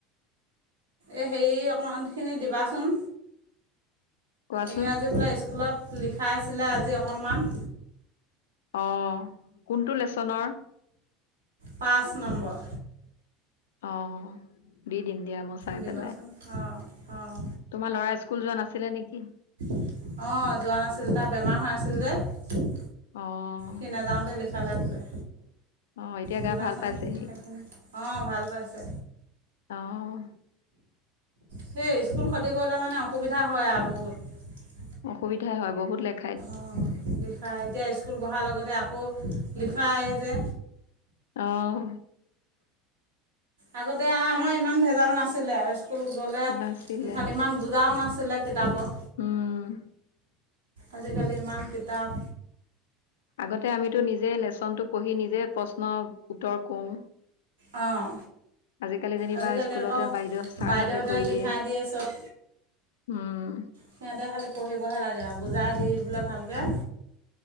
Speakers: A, on the right; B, on the left.
A: এ হেৰি অকমান খিনি দিবাচোন।
B: কোৱাচোন?
A: ইংৰাজী বোলে স্কুলত লিখাইচিলে আজি অকণমান।
B: অ কোনটো লেচনৰ
A: পাঁচ নম্বৰ।
B: অ দি দিম দিয়া মোৰ চাই
A: দিবাচোন
B: পেলাই,
A: অঁ অঁ
B: তোমাৰ লৰা স্কুল যোৱা নাছিলে নেকি?
A: অ যোৱা নাছিল তাৰ বেমাৰ হৈ আ আছিল যে,
B: অ',
A: সি নাযাওঁতে লিখালে বোলে।
B: অ এতিয়া
A: দিবাচোন
B: গা ভাল পাইছেহি?
A: সেইখিনি অঁ ভাল পাইছে
B: অহ
A: সেই স্কুল ক্ষতি কৰিলে মানে অসুবিধা হয় আৰু বহুত।
B: অসুবিধাই হয় বহুত লেগ
A: অঁ লিখা এতিয়া স্কুল বহাৰ লগতে আকৌ লিখাই যে।
B: অহ
A: আগতে আমাৰ ইমান ভেজাল নাছিলে আৰু স্কুল গ'লে
B: নাছিলে।
A: বিশাল ইমান বুজাও নাছিলে কিতাপৰ।
B: উম।
A: আজিকালি ইমান কিতাপ।
B: আগতে আমিতো নিজে লেচনটো পঢ়ি নিজে প্ৰশ্নৰ উত্তৰ কওঁ।
A: অঁ
B: আজিকালি যেনিবা
A: আজিকালি
B: স্কুলতে
A: আকৌ
B: বাইদেউ ছাৰহঁতে
A: বাইদেউহঁতে
B: কৰি
A: লিখাই
B: দিয়ে।
A: চব
B: উম,
A: সিহঁতে খালি পঢ়িবহে লাগে আৰু বুজাই দি বোলে ভালকে